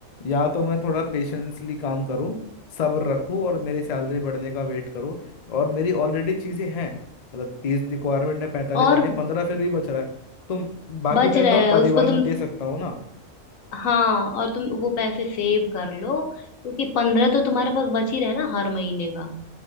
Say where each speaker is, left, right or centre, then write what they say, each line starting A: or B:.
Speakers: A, on the left; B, on the left.
A: या तो मैं थोड़ा पेशेंसली काम करूं सब्र रखूं और मेरी सैलरी बढ़ने का वेट करूं और मेरी ऑलरेडी चीजें हैं मतलब तीस रिक्वायरमेंट है पैंतालीस
B: और
A: आ रही है पंद्रह फिर भी बच रहा है तो बाकी
B: बच
A: टाइम
B: रहा
A: तो
B: है
A: परिवार
B: उसको
A: का
B: तुम
A: दे सकता हूँ ना
B: हाँ और तुम वो पैसे सेव कर लो क्योंकि पंद्रह तो तुम्हारे पास बच ही रहे ना हर महीने का